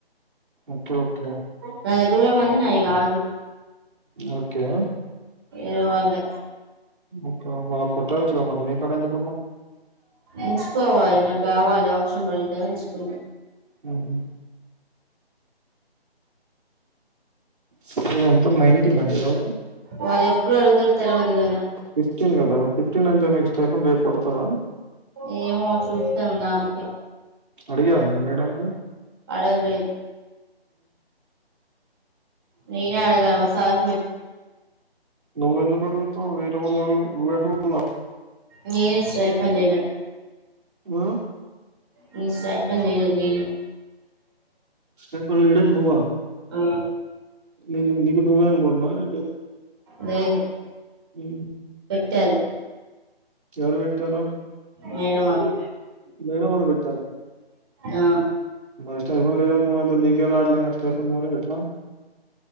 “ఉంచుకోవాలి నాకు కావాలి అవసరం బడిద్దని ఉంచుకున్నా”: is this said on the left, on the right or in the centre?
Right